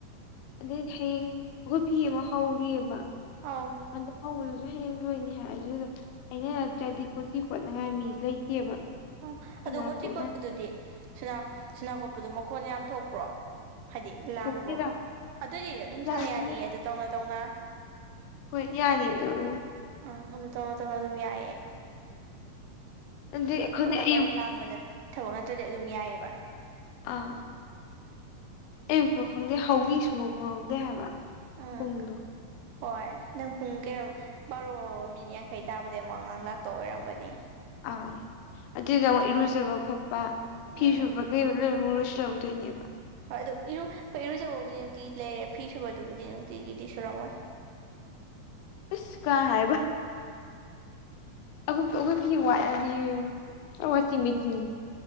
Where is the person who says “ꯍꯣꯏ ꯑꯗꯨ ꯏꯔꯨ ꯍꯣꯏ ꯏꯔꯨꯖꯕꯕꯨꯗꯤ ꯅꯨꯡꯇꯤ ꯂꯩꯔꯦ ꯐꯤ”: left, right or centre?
Right